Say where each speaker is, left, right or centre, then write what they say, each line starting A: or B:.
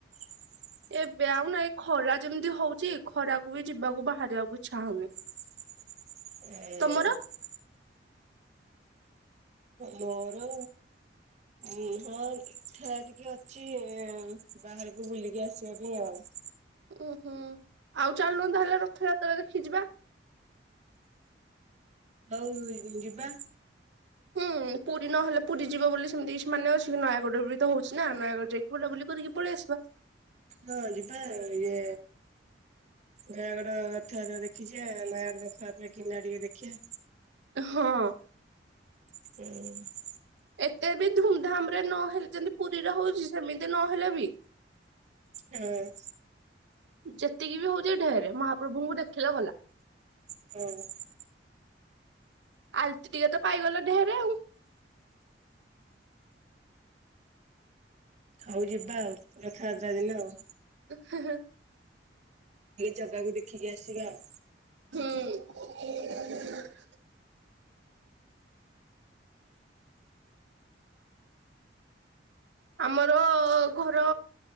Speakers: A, on the right (about 40°); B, on the right (about 80°).
A: <inaudible>
B: ଏବେ ଆଉ ନାଇଁ ଖରା ଯେମିତି ହଉଛି ଖରାକୁ ବି ଯିବାକୁ ବାହାରିବାକୁ ଇଚ୍ଛା ହଉନି।
A: ଏ ଏ
B: ତମର
A: ମୋର ଉ ହଁ ଇଛା ଟିକେ ଅଛି ବାହାରକୁ ବୁଲିକି ଆସିବା ପାଇଁ ଆଉ।
B: ଓ ହୋଁ ଆଉ ଚାଲନୁ ତାହେଲେ ରଥ ଯାତ୍ରା ଦେଖି ଯିବା।
A: ହଉ ଯିବା।
B: ହୁଁ ପୁରୀ ନହେଲେ ପୁରୀ ଯିବ ବୋଲି ସେମିତି କିଛି ମାନେ ଅଛି କି ନୟାଗଡ଼ ବି ତ ହଉଛି ନା ନୟାଗଡ ଯାଇକି ବୁଲା ବୁଲି କରିକି ପାଲେଇଆସିବା
A: ହଁ ଯିବା ଇଏ ନୟାଗଡ ରଥ ଯାତ୍ରା ଦେଖି ଯିବା ନୟାଗଡ ରଥ ଯାତ୍ରା କିନା ଟିକେ ଦେଖିବା।
B: ହଁ
A: ହୁଁ
B: ଏତେ ବି ଧୁମଧାମ ରେ ନହଲେ ଯେମତି ପୁରୀରେ ହଉଛି ସେମିତି ନହେଲେ ବି
A: ହଁ
B: ଯେତିକି ବି ହଉଛି ଢେର ମହାପ୍ରଭୁଙ୍କୁ ଦେଖିଲା ଗଲା।
A: ହଁ
B: ଆଲତି ଟିକେ ତ ପାଇଗଲ ଢହେରେ ଆଉ।
A: ହଉ ଯିବା ଆଉ ରଥଯାତ୍ରା ଦିନ ଆଉ।
B: ହ।
A: ଜଗାକୁ ଦେଖିକି ଆସିବା ଆଉ।
B: ହୁଁ। ଆମର ଘର